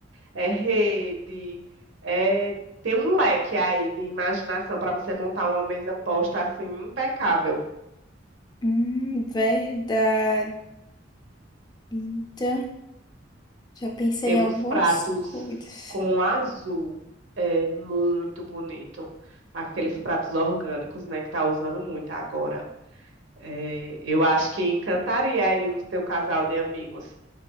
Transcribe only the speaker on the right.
é, rede, é, tem um leque aí de imaginação para você montar uma mesa posta assim impecável.
Tem
uns
pratos
com azul, é muito bonito, aqueles pratos orgânicos, né, que tá usando muito agora. É, eu acho que encantaria aí o teu casal de amigos.